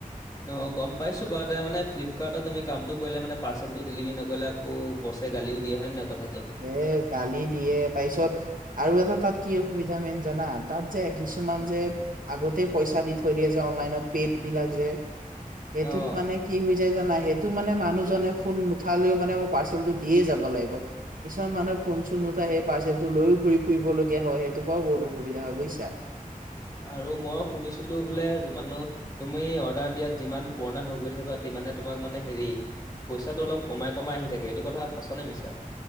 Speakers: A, on the left; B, on the right.
A: অ গম পাইছো বাৰু, মানে ফ্লিপকাৰ্টত তুমি কামটো কৰিলে মানে পাৰ্চেলটো ডেলিভাৰী নকৰিলে আকৌ বস্ত চে গালিও দিয়ে হয়নে নহয়? কথাটো?
B: এ গালি দিয়ে তাৰপিছত আৰু এটা তাত কি অসুবিধা মেইন জানা, তাত যে কিছুমান যে আগতে পইচা দি থৈ দিয়ে যে অনলাইন ত। কিত বিলাক যে, সেইটোত
A: অ
B: মানে কি হৈ যায় জানা টো মানে মানুহজনে ফোন নুঠালেও মানে মই পাৰ্চেলটো দিয়ে যাব লাগিব। কিছুমান মানুহে ফোন চোন নুঠাই সেই পাৰ্চেলটো লৈও ঘূৰি ফুৰিবলগীয়া হয়, সেইটোৰ পৰাও বহুত অসুবিধা হয় বুজিছা।
A: আৰু মই শুনিছিলো বোলে মানে, তুমি অৰ্ডাৰ দিয়াত যিমান পুৰণা হৈ গৈ থাকিবা, তিমানে তোমাক মানে হেৰি পইচাটো অলপ কমাই কমাই আহি থাকে, এইটো কথা সঁচা নে মিছা?